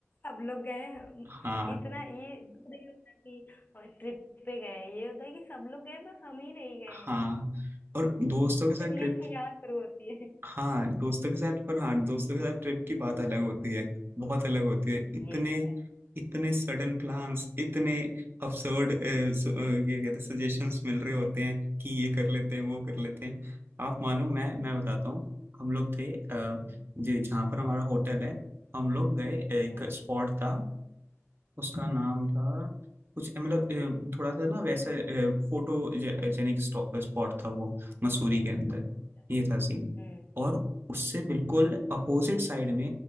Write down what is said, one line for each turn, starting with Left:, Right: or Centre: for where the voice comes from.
Left: सब लोग गए हैं।
Right: हाँ
Left: इतना ये दुख नहीं होता कि ट्रिप पे गए हैं। ये होता है कि सब लोग गए बस हम ही नहीं गए
Right: हाँ
Left: हैं
Right: और दोस्तों के साथ
Left: तकलीफ
Right: ट्रिप
Left: तो यहाँ शुरू होती है
Right: हाँ दोस्तों के साथ पर हाँ दोस्तों
Left: <laughs>
Right: के साथ ट्रिप की बात अलग होती है बहुत अलग होती है इतने
Left: ये तो है
Right: इतने सडन प्लान्स इतने absurd अ, सु- अ, ये कहते हैं सजेशंस मिल रहे होते हैं कि ये कर लेते हैं वो कर लेते हैं आप मानो मैं मैं बताता हूँ हम लोग थे अ,
Left: हम्म
Right: जे- जहाँ पर हमारा होटल है हम लोग गए एक
Left: हम्म
Right: स्पॉट था उसका नाम था कुछ मतलब अ, थोड़ा सा ना वैसा फोटो जेनिक स्पॉट था वो मसूरी के अंदर
Left: अच्छा,
Right: ये था सीन
Left: हम्म
Right: और उससे बिल्कुल अपोजिट साइड में